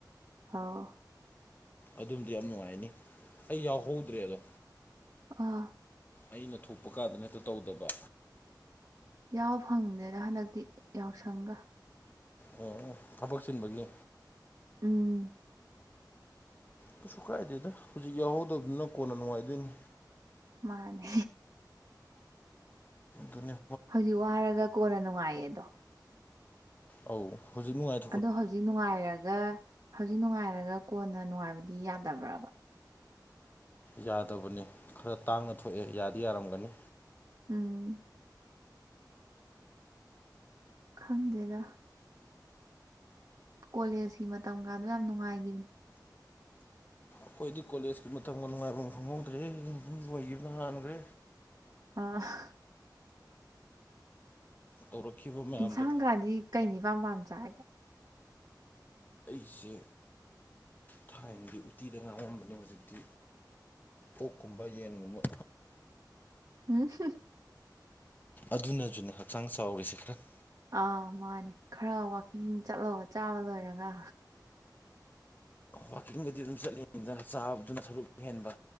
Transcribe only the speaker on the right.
ꯑꯧ
ꯑꯥ
ꯌꯥꯎ ꯐꯪꯗꯦꯗ ꯍꯟꯗꯛꯇꯤ ꯌꯥꯎꯁꯪꯒ
ꯎꯝ
ꯃꯥꯅꯦ
ꯍꯧꯖꯤꯛ ꯋꯥꯔꯒ ꯀꯣꯟꯅ ꯅꯨꯡꯉꯥꯏꯌꯦꯗꯣ
ꯑꯗꯣ ꯍꯧꯖꯤꯛ ꯅꯨꯡꯉꯥꯏꯔꯒ ꯍꯧꯖꯤꯛ ꯅꯨꯡꯉꯥꯏꯔꯒ ꯀꯣꯟꯅ ꯅꯨꯡꯉꯥꯏꯕꯗꯤ ꯌꯥꯗꯕ꯭ꯔꯕ
ꯎꯝ ꯈꯪꯗꯦꯗ ꯑ ꯀꯣꯂꯦꯖꯀꯤ ꯃꯇꯝꯒꯗꯣ ꯌꯥꯝ ꯅꯨꯡꯉꯥꯏꯒꯤ
ꯑ
ꯏꯟꯁꯥꯡꯒꯥꯗꯤ ꯀꯩꯅ ꯏꯄꯥꯝ ꯄꯥꯝ ꯆꯥꯏ
<unintelligible>
ꯑꯥ ꯃꯥꯅꯦ ꯈꯔ ꯋꯥꯛꯀꯤꯡ ꯆꯠꯂꯣ ꯆꯥꯕ ꯂꯣꯏꯔꯒ